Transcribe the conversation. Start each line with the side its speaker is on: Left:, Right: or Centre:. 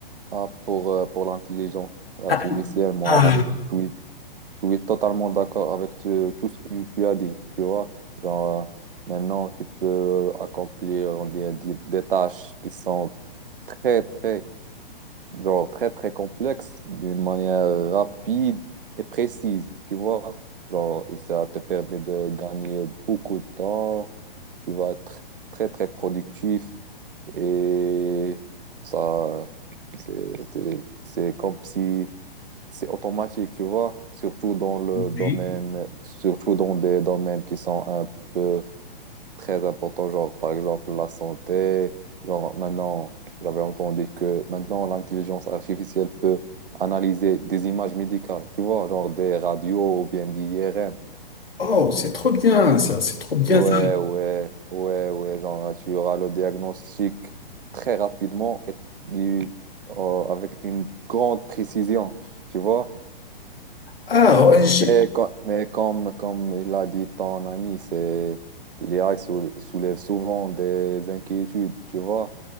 Right: Ah, pour, euh, pour l'intelligence artificielle,
Left: Ah,
Right: moi,
Left: Ah,
Right: je suis Je suis totalement d'accord avec euh, tout ce que tu as dit. Tu vois, genre, euh, maintenant, tu peux accomplir des, des, des tâches qui sont très, très, genre, très, très complexes d'une manière rapide et précise. Tu vois, genre, et ça te permet de gagner beaucoup de temps. Tu vas être très, très productif et ça, c'est, c'est, c'est comme si c'est automatique, tu vois, surtout dans le
Left: oui.
Right: domaine, surtout dans des domaines qui sont un peu très importants, genre par exemple la santé, genre maintenant, j'avais entendu que maintenant l'intelligence artificielle peut analyser des images médicales, tu vois, genre des radios ou bien des IRM.
Left: Oh, c'est trop bien ça, c'est trop bien
Right: Ouais,
Left: ça.
Right: ouais, ouais, ouais, genre tu auras le diagnostic très rapidement et du- euh, avec une grande précision, tu vois.
Left: Ah, ouais, j'ai-
Right: Mais, co- mais comme, comme il a dit ton ami, c'est l'IA sou- soulève souvent des inquiétudes, tu vois,